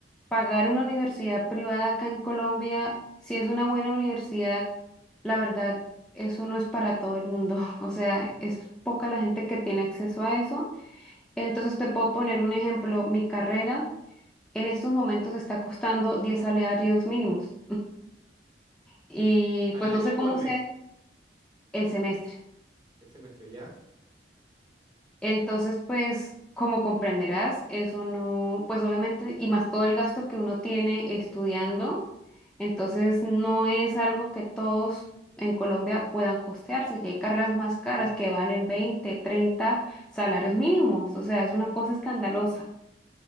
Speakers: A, in the centre; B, on the right.
A: pagar una universidad privada acá en Colombia, si es una buena universidad, la verdad, eso no es para todo el mundo. <laughs> O sea, es poca la gente que tiene acceso a eso. Entonces te puedo poner un ejemplo. Mi carrera en estos momentos está costando 10 salarios mínimos. y
B: ¿Al
A: pues
B: año
A: no sé cómo
B: o al mes?
A: sea el semestre.
B: El semestre, ¿ya?
A: Entonces, pues como comprenderás, eso no, pues obviamente, y más todo el gasto que uno tiene estudiando, entonces no es algo que todos en Colombia puedan costearse. Y hay carreras más caras que valen veinte treinta salarios mínimos, o sea, es una cosa escandalosa.